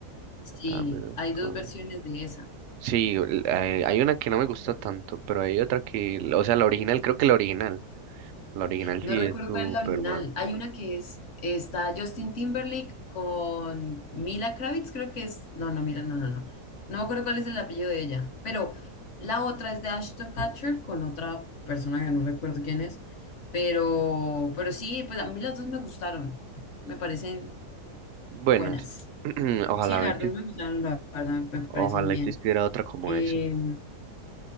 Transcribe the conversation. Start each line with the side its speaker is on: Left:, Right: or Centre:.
Left: Sí,
Right: Amigos
Left: hay
Right: con-
Left: dos versiones de esa.
Right: Sí, l- hay hay una que no me gusta tanto, pero hay otra que, o sea, la original, creo que la original. La original
Left: No
Right: sí
Left: recuerdo
Right: es súper
Left: cuál es la original.
Right: buena.
Left: Hay una que es, está Justin Timberlake con Mila Kravitz, creo que es, no, no, Mila, no, no, no. No me acuerdo cuál es el apellido de ella, pero la otra es de Ashton Kutcher con otra persona que no recuerdo quién es, pero, pero sí, pues a mí las dos me gustaron. Me parecen
Right: Buenas.
Left: Buenas.
Right: <clears throat> Ojalá,
Left: Sí, las
Right: exis-
Left: dos me gustaron, la verdad, me parecen
Right: ojalá
Left: bien.
Right: existiera otra como
Left: Eh,
Right: esa.